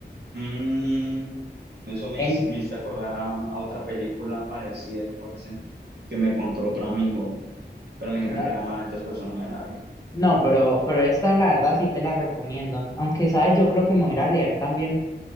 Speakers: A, on the right (about 65°); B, on the left (about 20°).
A: Mm, eso me,
B: En,
A: hici- me hizo acordar a, a otra película parecida, parece, que me contó otro amigo, pero me dijeron
B: no,
A: que era mala, entonces persona me la vi.
B: no, pero, pero esta la verdad sí te la recomiendo. Aunque, ¿sabes? Yo creo que me voy a ir a leer también